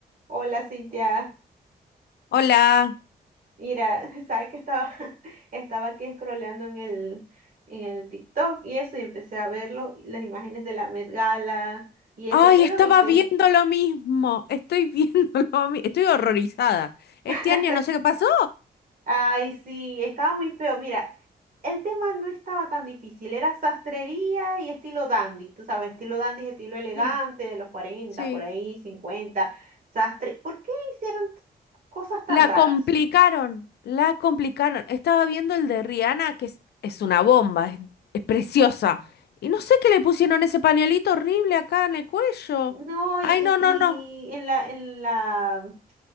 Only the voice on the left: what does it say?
Hola.
Ay,
estaba
viendo lo mismo. Estoy viendo <laughs> lo mismo. Estoy horrorizada. Este
año no sé qué pasó.
Sí,
sí.
La
complicaron. La complicaron. Estaba viendo el de Rihanna, que es, es una bomba. Es, es preciosa. Y no sé qué le pusieron ese pañuelito horrible acá en el cuello.
Ay,
no, no, no.